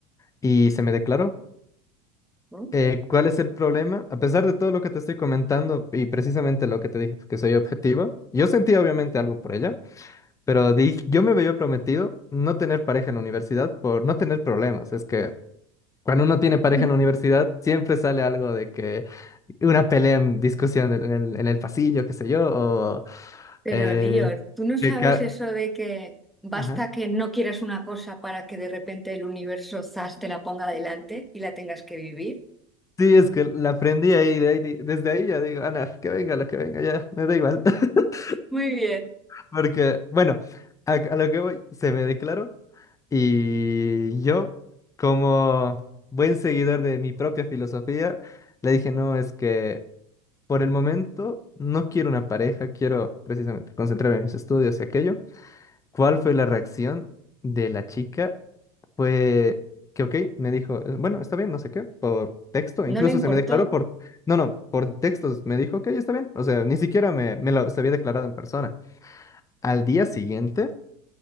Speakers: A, on the left (about 20°); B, in the centre.
A: y se me declaró.
B: ¿no?
A: Eh, ¿cuál es el problema? A pesar de todo lo que te estoy comentando y precisamente lo que te dije, que soy objetivo, yo sentía obviamente algo por ella, pero di yo me había prometido no tener pareja en la universidad por no tener problemas. Es que cuando uno tiene pareja
B: <laughs>
A: en la universidad, siempre sale algo de que una pelea en discusión en el, en el pasillo, qué sé yo, o
B: Pero
A: eh,
B: Lío, tú no sabes
A: que... ca-
B: eso de que basta
A: Ajá.
B: que no quieras una cosa para que de repente el universo zas te la ponga delante y la tengas que vivir.
A: Sí, es que la aprendí ahí, de ahí di- desde ahí ya digo, Ana, que venga lo que venga, ya, me da igual. <laughs>
B: Muy bien.
A: Porque, bueno, a, a lo que voy, se me declaró y yo, como buen seguidor de mi propia filosofía, le dije, no, es que Por el momento, no quiero una pareja, quiero precisamente concentrarme en mis estudios y aquello. ¿Cuál fue la reacción de la chica? Fue que, ok, me dijo, "Eh, bueno, está bien, no sé qué, por texto,
B: No
A: incluso
B: le importó.
A: se me declaró por, no, no, por textos, me dijo, ok, está bien, o sea, ni siquiera me, me lo, se había declarado en persona. Al día siguiente,